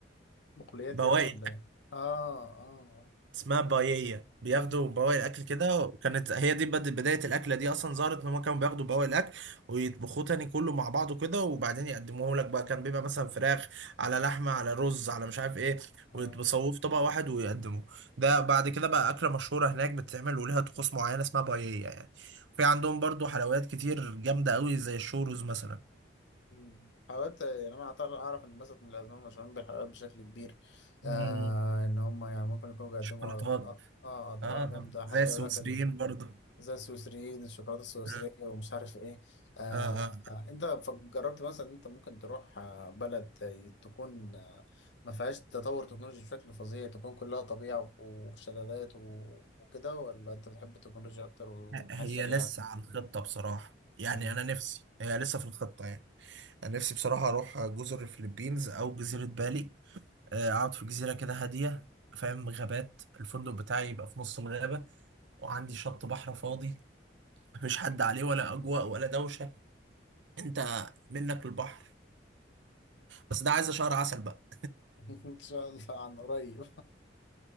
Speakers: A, on the left; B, on the right.
A: بقوليات
B: بواقي
A: يعني ولا إيه؟ آه آه
B: اسمها بايية بياخدوا بواقي الاكل كده وكانت هي دي بد- بداية الاكلة دي اصلا ظهرت ان هم كانوا بياخدوا بواقي الاكل ويطبخوه تاني كله مع بعضه كده وبعدين يقدموه لك بقى كان بيبقى مثلا فراخ على لحمة على رز على مش عارف ايه
A: آه
B: ويتبصوه
A: <laughs>
B: في طبق واحد ويقدموه ده بعد كده بقى اكلة مشهورة هناك بتتعمل وليها طقوس معينة اسمها بايية يعني في عندهم برضو حلويات كتير جامدة قوي زي الشوروز مثلا
A: مم. حاولت يعني انا أعتر- اعرف ان مثلا من الازمه مشهورين بالحلويات بشكل كبير
B: مم.
A: آه ان هم يعني ممكن يكونوا بيقدموا
B: شوكولاتات
A: أ- أ- اه اطباق
B: اه آه.
A: جامده
B: زي
A: حتى
B: السويسريين
A: يقول لك ال-
B: برضو
A: زي السويسريين الشوكولاته السويسريه
B: اه
A: ومش عارف ايه آه
B: اه آه.
A: آه، انت ف- جربت مثلا إن انت ممكن تروح آه، بلد تكون آه، ما فيهاش تطور تكنولوجي بشكل فظيع تكون كلها طبيعه وشلالات و- وكده ولا انت بتحب التكنولوجيا اكتر والحياه
B: هي
A: السريعه
B: لسه على الخطة بصراحة يعني
A: مم.
B: أنا نفسي هي لسه في الخطة يعني أنا نفسي بصراحة أروح جزر الفلبينز أو جزيرة بالي آه، أقعد في جزيرة كده هادية فاهم غابات الفندق بتاعي يبقى في نص الغابة وعندي شط بحر فاضي مفيش حد عليه ولا أجواء ولا دوشة أنت منك البحر بس ده عايزة شهر عسل بقى
A: <laughs> ان شاء الله عن قريب